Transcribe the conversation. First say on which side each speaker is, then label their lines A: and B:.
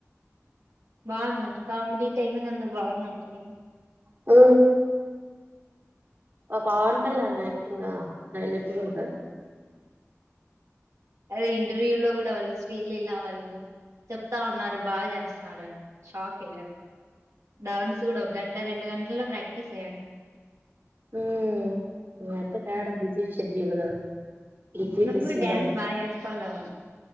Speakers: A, on the right (about 80°); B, on the right (about 45°).
A: బాగుంద అంట. కామెడీ. టైమింగ్ అంత, బాగుందంటార ఎవరన్నా.
B: ఉ. మా పవన్ కళ్యాణ్ యాక్టింగ్ ఆ? హైలెట్లు గూడా ఉంటది.
A: అదే ఇంటర్వ్యూ లో గూడా వాళ్లు శ్రీలీల వాళ్లు చెప్తా ఉన్నారు బాగా చేస్తాండని. షాక్ అయ్యాను. డౌన్ చూడు ఒక గంట, రెండు గంటల్లో ప్రాక్టీస్ అయ్యన్.
B: హ్మ్, నువ్వు అయితే యాడా బిజీ షెడ్యూల్ కదా? డిప్యూటీ
A: నువ్వు కూడా
B: సీఎం
A: డాన్స్ బాగా చేస్తావు కదా